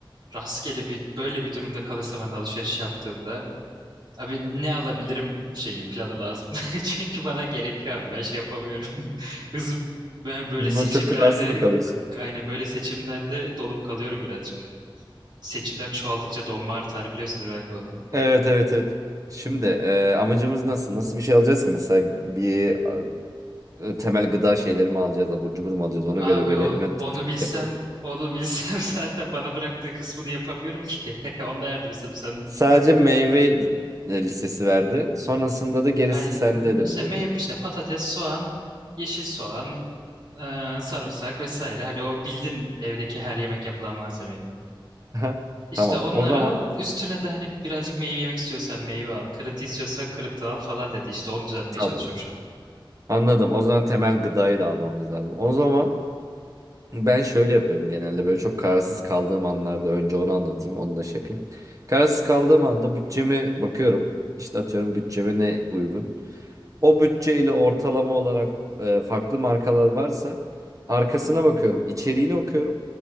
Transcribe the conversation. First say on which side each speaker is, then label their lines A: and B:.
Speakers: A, on the right; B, on the right.
A: rastgele bir böyle bir durumda kalırsam hani alışveriş yaptığımda Abi ne alabilirim şeyi planı lazım. <laughs> Çünkü bana gerekiyor abi ben şey yapamıyorum. <laughs> Hızım ben
B: <laughs>
A: böyle
B: Ama
A: seçimlerde
B: Çok kararsız mı kalıyorsun?
A: aynen böyle seçimlerde dolup kalıyorum birazcık. Seçimler çoğaldıkça donma artar biliyorsundur belki onu.
B: Evet evet evet. Şimdi e, amacımız nasıl? Nasıl bir şey alacağız ki? Mesela bir e, temel gıda şeyleri mi alacağız? Abur cubur mu alacağız? Ona
A: Abi
B: göre böyle
A: o-
B: hemen tık
A: onu
B: tık
A: bilsem
B: tık yapalım.
A: onu bilsem <laughs> zaten bana bıraktığı kısmını yapamıyorum ki. <laughs> Ondan yardım istedim senden.
B: Sadece meyve e, listesi verdi. Sonrasında da gerisi
A: Hayır
B: sende de
A: işte
B: mi dedi.
A: meyve işte patates, soğan, yeşil soğan, e, sarımsak vesaire. Hani o bildin evdeki her yemek yapılan malzemeyi.
B: <laughs>
A: İşte
B: Tamam
A: onları
B: o zaman.
A: al. Üstüne de hani birazcık meyve yemek istiyorsan meyve al. Kırıntı istiyorsan kırıntı al falan dedi. İşte onu düzeltmeye
B: Tamam.
A: çalışıyorum şu an.
B: Anladım. O zaman temel gıdayı da almamız lazım. O zaman Ben şöyle yapıyorum genelde böyle çok kararsız kaldığım anlarda önce onu anlatayım onu da şey yapayım. Kararsız kaldığım anda bütçemi bakıyorum. İşte atıyorum bütçeme ne uygun. O bütçeyle ortalama olarak e, farklı markalar varsa arkasına bakıyorum. içeriğini okuyorum